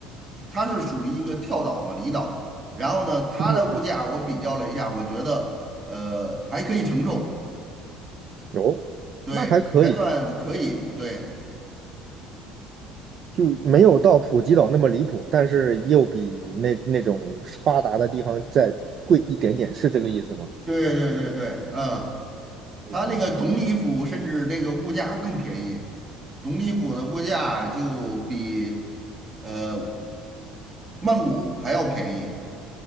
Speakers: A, on the right (about 30°); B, on the right (about 50°).
A: 它是属于一个跳岛嘛，离岛。然后呢，它的物价我比较了一下，
B: 嗯嗯，
A: 我觉得呃还可以承受。
B: 有，
A: 对，
B: 那还可以。
A: 还算可以，对，
B: 就没有到普吉岛那么离谱，但是又比那那种发达的地方再贵一点点，是这个意思吗？
A: 对对对对，嗯，他那个董里府甚至那个物价更便宜，
B: 嗯，
A: 董里府的物价就比呃曼谷还要便宜。